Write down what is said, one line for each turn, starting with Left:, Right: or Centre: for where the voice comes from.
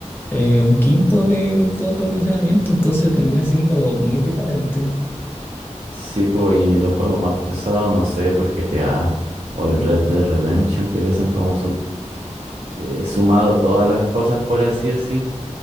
Left: eh, un quinto de todo tu almacenamiento, entonces termina siendo muy decadente.
Right: Sí, pues, y los juegos más pesados, no sé, por GTA o el Red Dead Redemption, que pesan como su- eh, sumado todas las cosas, por así decir,